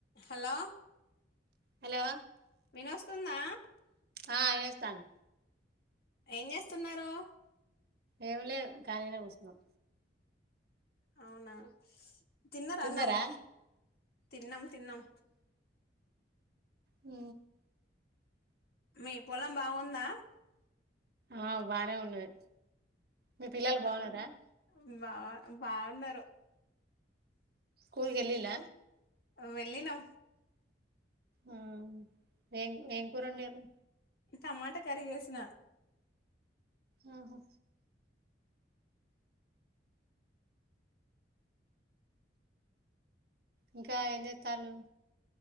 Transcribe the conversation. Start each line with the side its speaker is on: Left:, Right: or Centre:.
Left: హలో
Right: హలో
Left: వినొస్తుందా
Right: ఆ ఈడేస్తాను
Left: ఏం చేస్తున్నారు
Right: ఏమి లేదు ఖాళీగనే కూసున్నాం
Left: అవునా తిన్నరా
Right: తిన్నారా
Left: అన్నం తిన్నం తిన్నం
Right: ఊ
Left: మీ పొలం బాగుందా
Right: ఆ బాగానే ఉన్నది మీ పిల్లలు బాగున్నారా
Left: అవును బా బాగున్నరు
Right: స్కూల్ కు ఏల్లిల
Left: అ వెళ్ళినమ్
Right: ఊ ఏం ఏం కూర ఒండిరు
Left: నే టమాటా కర్రీ చేసిన
Right: ఆహా ఇంకా ఏం చేతలు